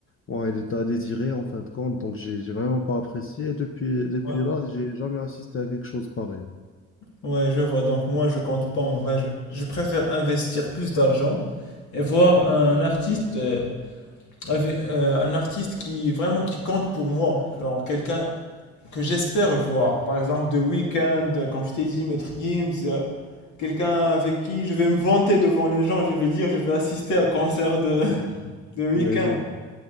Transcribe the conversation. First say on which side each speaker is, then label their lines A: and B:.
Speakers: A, on the left (about 45°); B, on the left (about 75°).
A: ouais, elle était à désirer en fin de compte, donc j'ai j'ai vraiment pas apprécié. Et depuis, depuis
B: Ouais.
A: là, j'ai jamais assisté à quelque chose pareil.
B: Ouais, je vois. Donc, moi, je compte pas en vrai. Je, je préfère investir plus d'argent et voir un artiste. euh, avec, euh, un artiste qui vraiment qui compte pour moi, genre quelqu'un que j'espère voir. Par exemple, The Weeknd,
A: Oui,
B: euh, comme je t'ai dit, Maître Gims, euh, quelqu'un avec qui je vais me vanter devant les gens, je vais dire, je vais assister à un concert de,
A: oui,
B: <laughs> de Weeknd.
A: oui, je vois,